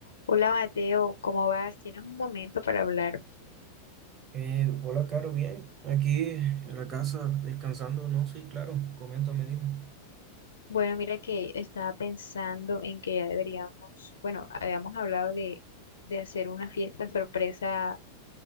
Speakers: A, on the left (about 70°); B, on the right (about 30°).
A: Hola Mateo, ¿cómo vas? ¿Tienes un momento para hablar?
B: Eh, hola, Caro, bien. Aquí en la casa descansando, no, sí, claro. Coméntame, dime.
A: Bueno, mira que estaba pensando en que ya deberíamos, bueno, habíamos hablado de, de hacer una fiesta sorpresa